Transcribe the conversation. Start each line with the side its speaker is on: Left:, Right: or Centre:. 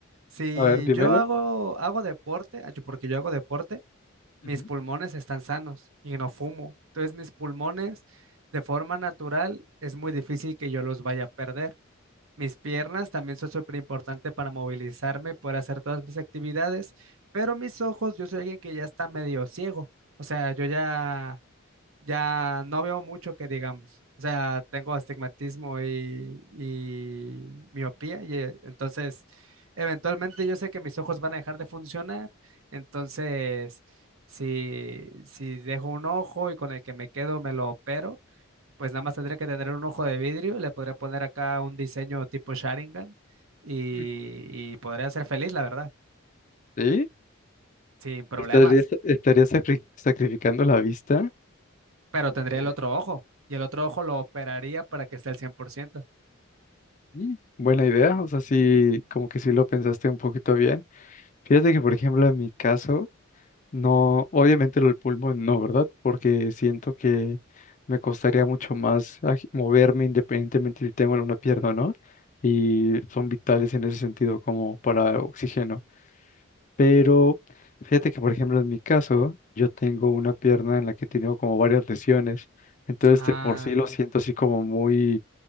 Right: si
Left: A ver, dímelo.
Right: yo hago, hago deporte, ah, yo- porque yo hago deporte,
Left: Ujú.
Right: mis pulmones están sanos y no fumo. Entonces mis pulmones de forma natural es muy difícil que yo los vaya a perder. Mis piernas también son súper importantes para movilizarme y poder hacer todas mis actividades, pero mis ojos, yo soy alguien que ya está medio ciego. O sea, yo ya ya no veo mucho que digamos. O sea, tengo astigmatismo y, y miopía, y eh, entonces eventualmente yo sé que mis ojos van a dejar de funcionar. Entonces, si, si dejo un ojo y con el que me quedo me lo opero, pues nada más tendría que tener un ojo de vidrio y le podría poner acá un diseño tipo Sharingan y,
Left: Sí.
Right: y podría ser feliz, la verdad,
Left: ¿Sí?
Right: sin problemas.
Left: ¿Estarías, estarías sacri- sacrificando la vista?
Right: Pero tendría
Left: Eh,
Right: el otro ojo y el otro ojo lo operaría para que esté al cien por ciento
Left: mm, Buena idea, o sea, sí, como que sí lo pensaste un poquito bien. Fíjate que, por ejemplo, en mi caso, no, obviamente el pulmón no, ¿verdad? Porque siento que me costaría mucho más aj- moverme independientemente si tengo una pierna o no, y son vitales en ese sentido, como para oxígeno. Pero fíjate que, por ejemplo, en mi caso, yo tengo una pierna en la que tengo como varias lesiones. Entonces,
Right: Ah.
Left: de por sí lo siento así como muy